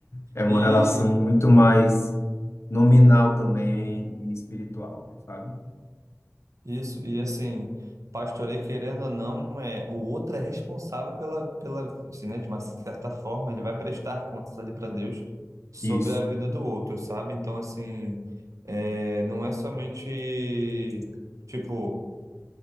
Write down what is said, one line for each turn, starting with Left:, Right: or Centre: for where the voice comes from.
Left: é uma
Right: E
Left: relação muito mais nominal também e espiritual, sabe?
Right: isso, e assim, pastoreio, querendo ou não, é, o outro é responsável pela, pela, assim, né, de uma certa forma, ele vai prestar contas ali para Deus sobre
Left: Isso.
Right: a vida do outro, sabe? Então, assim, é, não é somente. Tipo,